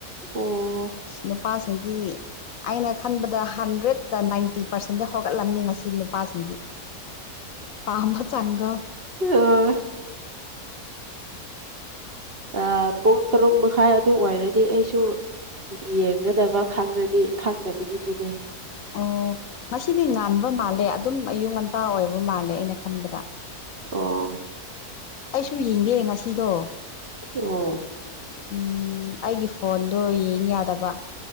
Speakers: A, on the right; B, on the left.
A: ꯑꯣ
B: ꯑꯁ ꯅꯨꯄꯥꯁꯤꯡꯗꯤ ꯑꯩꯅ ꯈꯟꯕꯗ ꯍꯟꯗ꯭ꯔꯦꯗꯠꯇ ꯅꯥꯏꯟꯇꯤ ꯄꯥꯔꯁꯦꯟꯗꯤ ꯍꯧꯒꯠꯂꯝꯅꯤ ꯉꯁꯤ ꯅꯨ ꯄꯥ ꯁꯤꯡꯗꯤ ꯄꯥꯝꯕ ꯆꯥꯡꯗꫭ
A: ꯑ ꯑꯥ ꯄꯨꯡ ꯇꯔꯨꯛ ꯃꯈꯥꯏ ꯑꯗꯨ ꯑꯣꯏꯔꯗꯤ ꯑꯩꯁꯨ ꯌꯦꯡꯒꯗꯕ ꯈꯪꯉꯗꯤ ꯈꯪꯗꯕꯒꯤꯅꯤꯅꯦ
B: ꯑꯣ ꯉꯁꯤꯗꯤ ꯉꯥꯟꯕ ꯃꯥꯜꯂꯦ ꯑꯗꯨꯝ ꯑꯌꯨꯛ ꯉꯟꯇꯥ ꯑꯣꯏꯕ ꯃꯥꯜꯂꯦ ꯑꯩꯅ ꯈꯟꯕꯗ
A: ꯑꫭ
B: ꯁꯨ ꯌꯦꯡꯗꯦ ꯉꯁꯤꯗꯣ
A: ꯑꯣ
B: ꯎꯝ ꯑꯩꯒꯤ ꯐꯣꯟꯗꯣ ꯌꯦꯡ ꯌꯥꯗꯕ